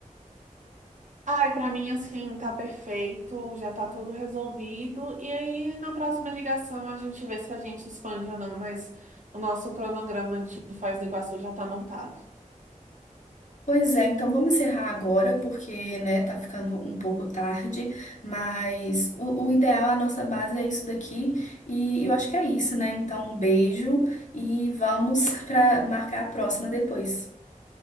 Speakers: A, on the right; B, on the left.
A: Ai, pra mim, assim, tá perfeito, já tá tudo resolvido. E aí, na próxima ligação, a gente vê se a gente expande ou não, mas o nosso cronograma de Foz do Iguaçu já tá montado.
B: Pois é, então vamos encerrar agora, porque, né, tá ficando um pouco tarde, mas o, o ideal, a nossa base é isso daqui, e eu acho que é isso, né? Então, um beijo e vamos <laughs> para marcar a próxima depois.